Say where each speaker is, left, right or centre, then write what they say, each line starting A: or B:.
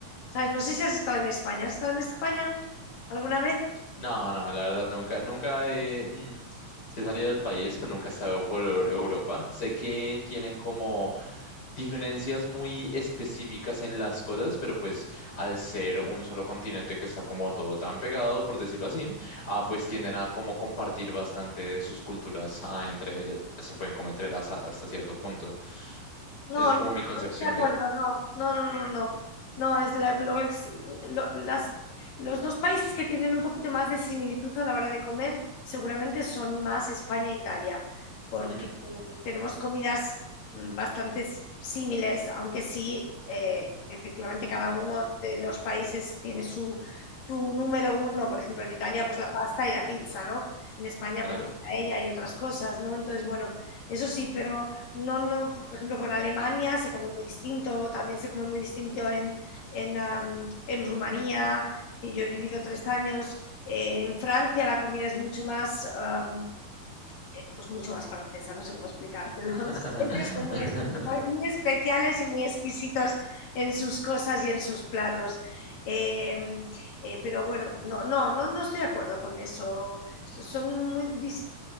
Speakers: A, on the left; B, on the left.
A: ¿Sabes? No sé si has estado en España. ¿Has estado en España alguna vez?
B: No, no, la verdad nunca, nunca he, mm, sí he salido del país, pero nunca he estado por Eu- Europa. Sé que tienen como diferencias muy específicas en las cosas, pero pues al ser un solo continente que está como todo tan pegado, por decirlo así, ah, pues tienden a como compartir bastante de sus culturas ah, entre ellas, se pueden como entrelazar hasta cierto punto.
A: No,
B: Eso es
A: no,
B: como
A: no
B: mi concepción
A: estoy de acuerdo,
B: de...
A: no, no, no, no, no. No, es la- lo- es- lo- las, los dos países que tienen un poquito más de similitud a la hora de comer seguramente son más España e Italia, porque
B: Ujú,
A: eh, tenemos comidas mm, bastante similares, aunque sí, eh, efectivamente cada uno de los países tiene su, su número uno. Por ejemplo, en Italia pues la pasta y la pizza, ¿no? En España
B: claro.
A: pues la paella y otras cosas, ¿no? Entonces, bueno, eso sí, pero... No, no, por ejemplo, con Alemania se come muy distinto, también se come muy distinto en, en, am, en Rumanía, que yo he vivido tres años. Eh, en Francia la comida es mucho más, am, eh, pues mucho más francesa, no sé cómo explicártelo.
B: <laughs>
A: <laughs> Ellos son muy, muy especiales y muy exquisitos en sus cosas y en sus platos. Eh, eh, pero bueno, no, no, no, no estoy de acuerdo con eso. Son muy, dis-